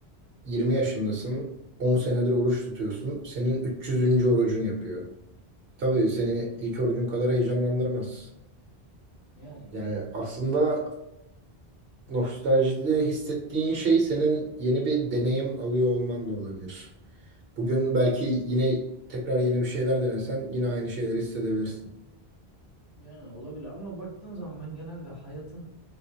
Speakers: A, on the right; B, on the left.
A: 20 yaşındasın. 10 senedir oruç tutuyorsun. Senin 300. orucun yapıyor. Tabii seni ilk orucun kadar heyecanlandırmaz.
B: Yani mantıklı.
A: Yani aslında nostaljide hissettiğin şey senin yeni bir deneyim alıyor olman da olabilir. Bugün belki yine tekrar yeni bir şeyler denesen yine aynı şeyleri hissedebilirsin.
B: Yani olabilir ama baktığın zaman ben genelde hayatın